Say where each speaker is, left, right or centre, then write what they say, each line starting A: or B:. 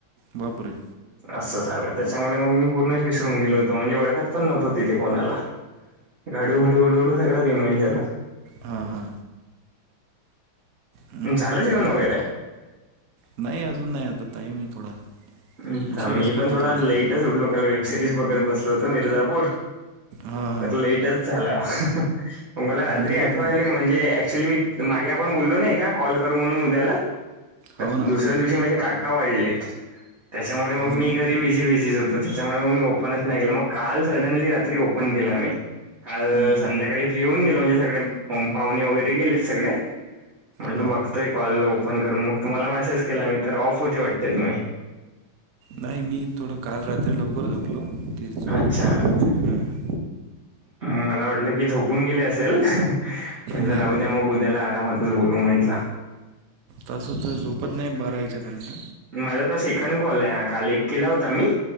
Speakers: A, on the right; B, on the right.
A: बापरे,
B: असं चाललं त्याच्यामुळे मग मी पूर्णच विसरून गेलो होतो म्हणजे ओळखत, पण नव्हतो तिथे कोणाला हडूहळू सगळं रिमाइंड झाला.
A: हा हा, हम्म.
B: झालं जेवन
A: म्हणजे
B: वगैरे,
A: नाही अजून, नाही आता टाईम आहे थोडा,
B: अच्छा
A: उशिराच
B: मी पण
A: करतो
B: थोडा
A: थोडं जेवण
B: लेटच उठलो काल वेब सिरीज बघत बसलो होत मिर्जापूर,
A: हां हां
B: तर लेटच झाला मग मला रात्री
A: मिर्झापूर
B: आठवण आली म्हणजे ऍक्च्युली मी, तर मागे आपण बोललो नाही का कॉल करू म्हणून उद्याला तर
A: हो ना
B: दुसऱ्या
A: हो ना
B: दिवशी माझे का, का वाढलेत त्याच्यामुळे मग
A: हो
B: मी
A: का
B: घरी बिझी बिझीच होतो त्याच्यामुळे मग मी ओपनच नाही गेला मग, काल सडनली रात्री ओपन केला मी काल
A: हम्म
B: संध्याका,
A: हम्म
B: फ्री होऊन गेल म्हणजे सगळे पाहुणे वगैरे गेले सगळे म्हटलं
A: हां
B: बघ, तो कॉल ओपन करून मग तुम्हाला मेसेज केला मी तर ऑफ होते वाटते तुम्ही,
A: नाही मी थोडं काल रात्री लवकर झोपलो ते, थोडं
B: अच्छा,
A: हम्म,
B: मला वाटलं की झोपून गेले असेल म्हंटलं
A: नाही
B: राहू द्या मग उद्याला आरामात, तसंच बोलू म्हटला,
A: तसं तर झोपत नाही बारा याच्यापर्यंत
B: माझा तर सेकंड कॉल आहे काल केला होता मी